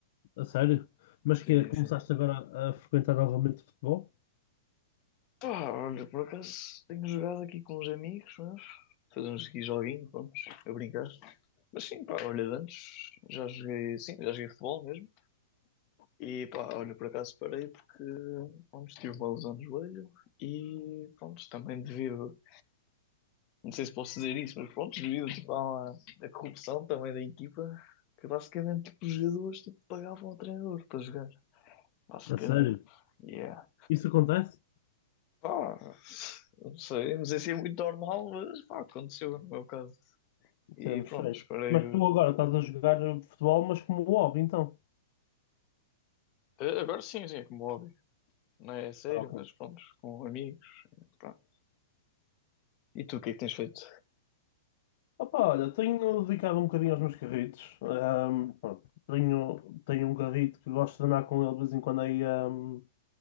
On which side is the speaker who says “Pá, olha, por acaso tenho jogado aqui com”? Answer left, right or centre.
Left